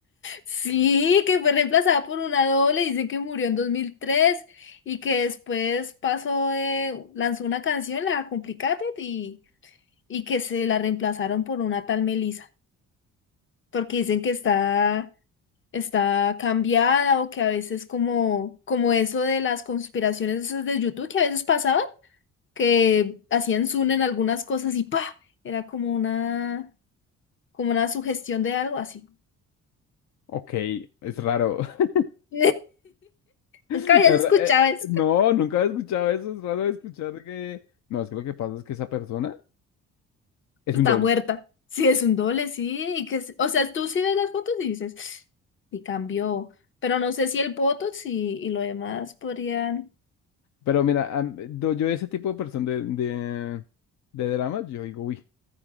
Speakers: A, on the left; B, on the left.
A: Sí, que fue reemplazada por una doble, dice que murió en 2003 y que después pasó de, lanzó una canción, la Complicated, y, y que se la reemplazaron por una tal Melissa, porque dicen que está, está cambiada o que a veces como, como eso de las conspiraciones esas de YouTube que a veces pasaban, que hacían zoom en algunas cosas y pa, era como una, como una sugestión de algo así.
B: Ok, es raro. <laughs>
A: <laughs>
B: Es
A: Nunca habías
B: ra-
A: escuchado
B: eh,
A: eso.
B: No, nunca había escuchado eso. Es raro escuchar que. No, es que lo que pasa es que esa persona es
A: Está
B: un doble.
A: muerta. Sí, es un doble, sí. y que, es- o sea, tú sí ves las fotos y dices, y cambió. Pero no sé si el Botox y, y lo demás podrían.
B: Pero mira, am- do- yo ese tipo de persona de, de, de dramas, yo digo, uy.